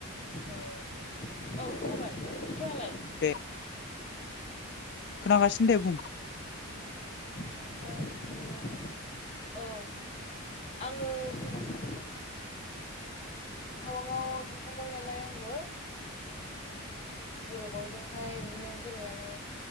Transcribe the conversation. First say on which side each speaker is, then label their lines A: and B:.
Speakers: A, on the left; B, on the left.
A: औ अ औ खोनाबाय नोंथाङालाय,
B: दे खोनागासिनो दे बुं
A: थांबाय बिदिनो औ आङो बुंगासिनो टावाङाव थांखांबाय नालाय आंबो बर' बावजोंहाय बिदिनो गेलेनानै